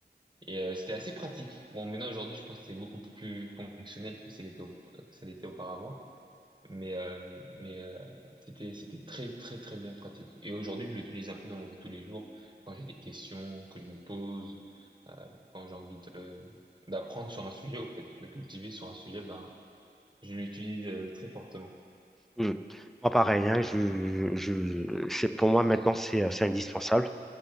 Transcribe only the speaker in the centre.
Mm. Moi, pareil, hein, je, je, c'est, pour moi, maintenant, c'est, euh, c'est indispensable.